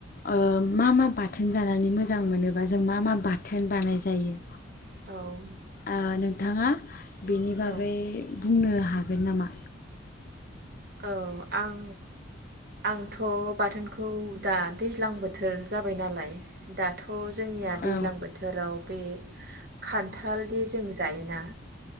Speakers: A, on the left; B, on the right.
A: ओ मा मा बाथोन जानानै मोजां मोनोबा जों मा मा बाथोन बानाय जायो
B: औ
A: ओ नोंथाङा बेनि बागै
B: औ
A: बुंनो हा हागोन नामा?
B: औ आं आंथ' बाथोनखौ दा दैज्लां बोथोर जाबाय नालाय दाथ' जोंनिया दैज्लां
A: औ
B: बोथोराव बे खान्थालदि जों जायोना